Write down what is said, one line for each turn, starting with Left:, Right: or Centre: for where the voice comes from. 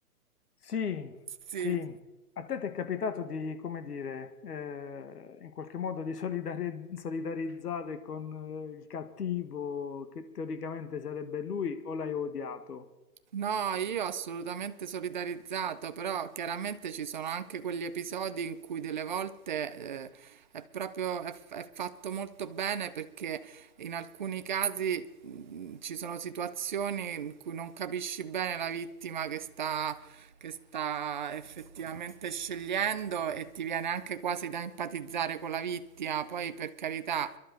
Left: Sì,
Right: Sì,
Left: sì. A te ti è capitato di, come dire, eh, in qualche modo di solidari- solidarizzare con eh, il cattivo che teoricamente sarebbe lui o l'hai odiato?
Right: No, io assolutamente solidarizzato, però chiaramente ci sono anche quegli episodi in cui delle volte eh, è proprio è, f- è fatto molto bene perché in alcuni casi mh, ci sono situazioni in cui non capisci bene la vittima che sta, che sta effettivamente scegliendo e ti viene anche quasi da empatizzare con la vittima, poi per carità.